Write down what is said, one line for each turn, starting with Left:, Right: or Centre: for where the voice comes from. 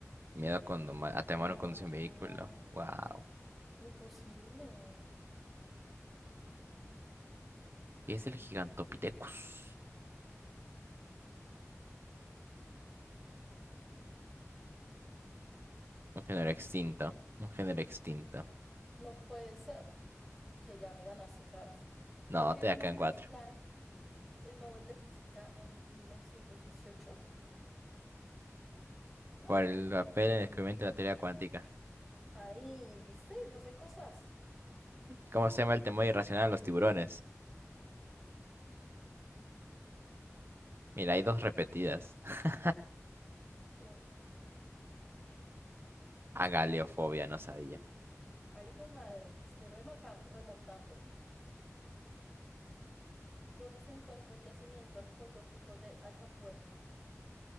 Right: Miedo cuando ma- a temor
Centre: No.
Right: con un vehículo. Wow.
Centre: Imposible.
Right: ¿Qué es el Gigantopithecus? Un género extinto. Un género extinto.
Centre: No puede ser que ya me ganaste otra vez.
Right: No,
Centre: ¿Por qué
Right: te
Centre: ganó
Right: da acá
Centre: Max
Right: en cuatro.
Centre: Planck el Nobel de Física en 1918? Ah,
Right: Por el papel en el descubrimiento de la teoría cuántica.
Centre: ahí, ¿viste? Yo sé cosas.
Right: ¿Cómo se llama el temor irracional a los tiburones? Mira, hay dos repetidas. <laughs>
Centre: Sí.
Right: Agaleofobia, no sabía.
Centre: Ay, hijo de madre, estoy rematan- remontando. ¿Dónde se encuentra el yacimiento arqueológico de Atapuerca?